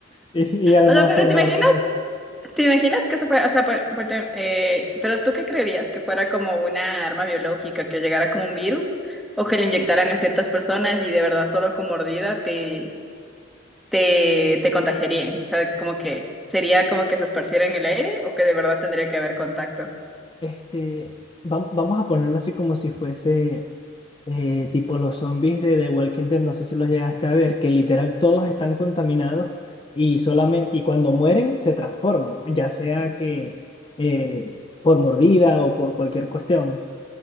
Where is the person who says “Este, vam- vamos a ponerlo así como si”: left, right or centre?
Left